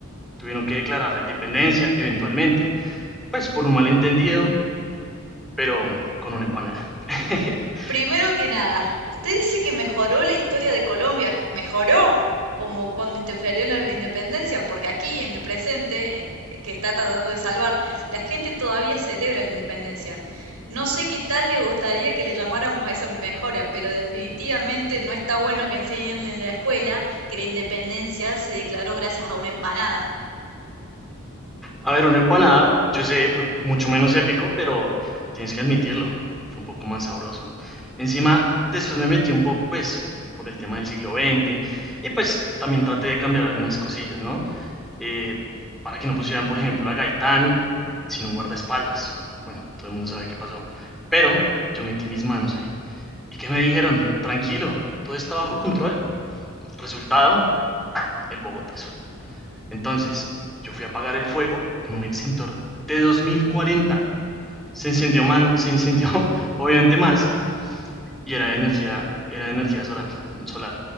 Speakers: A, in the centre; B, on the right (about 80°).
A: Tuvieron que declarar la independencia eventualmente, pues por un malentendido, pero con una empanada. <laughs>
B: Primero que nada, usted dice que mejoró la historia de Colombia. ¿Mejoró? Como cuando interfirió en la independencia, porque aquí, en el presente, en- que está tratando de salvar, la gente todavía celebra la independencia. No sé qué tal le gustaría que le llamáramos a esa mejora, pero definitivamente no está bueno que enseñen en la escuela que la independencia se declaró gracias a una empanada.
A: A ver, una empanada, yo sé, fue mucho menos épico, pero tienes que admitirlo, fue un poco más sabroso. Encima, después me metí un poco, pues, por el tema del siglo XX y pues también traté de cambiar algunas cosillas, ¿no? Eh, para que no pusieran, por ejemplo, a Gaitán sin un guardaespaldas. Bueno, todo el mundo sabe qué pasó, pero yo metí mis manos ahí. ¿Y qué me dijeron? Tranquilo, todo está bajo control. Resultado, el Bogotazo. Entonces, yo fui a apagar el fuego con un extintor de 2040. Se incendió, man, se incendió <laughs> obviamente más y era de energía, era de energía solar, solar,